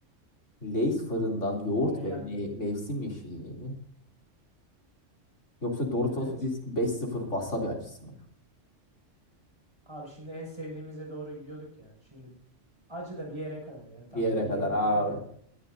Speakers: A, on the left; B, on the right.
A: Lay's fırından yoğurt
B: Ne
A: ve
B: geldi?
A: me- mevsim yeşilliği mi? Yoksa Doritos
B: Evet.
A: Risk 5-0 wasabi acısı mı?
B: Abi şimdi en sevdiğimize doğru gidiyorduk ya. Şimdi acı da bir yere kadar ya. Tamam
A: Bir yere
B: hadi yedik
A: kadar abi.
B: iyiydi de.